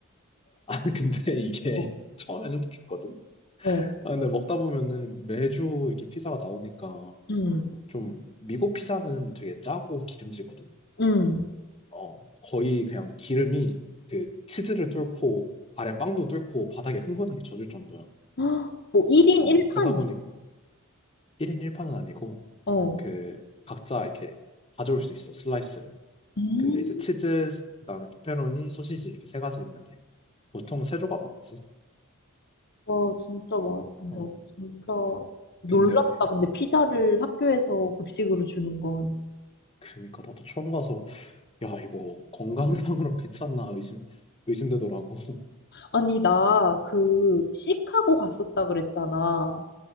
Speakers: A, on the left; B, on the left.
A: <laughs> 아, 근데 이게
B: 어,
A: <laughs> 처음엔 행복했거든?
B: 어,
A: 아, 근데 먹다 보면은 매주 이렇게 피자가 나오니까
B: 음,
A: 좀, 미국 피자는 되게 짜고 기름지거든?
B: 음.
A: 어, 거의 그냥 기름이 그 치즈를 뚫고 아래 빵도 뚫고 바닥에 흥건하게 젖을 정도야.
B: <gasps> 헉, 뭐 1인
A: 어,
B: 1판이?
A: 그러다 보니 1인 1파는 아니고
B: 어.
A: 그 각자 이렇게 가져올 수 있어, 슬라이스를.
B: 음.
A: 근데 이제 치즈, 그다음에 페페로니, 소시지 이렇게 세 가지 있는데 보통 세 조각 먹지.
B: 와, 진짜 막, 나
A: 어,
B: 진짜 놀랍다.
A: 근데
B: 근데 피자를 학교에서 급식으로 주는 건.
A: 그니까 나도 처음 가서 야, 이거 건강상으로 <laughs> 괜찮나 의심 의심되더라고. <laughs>
B: 아니, 나 그 시카고 갔었다 그랬잖아.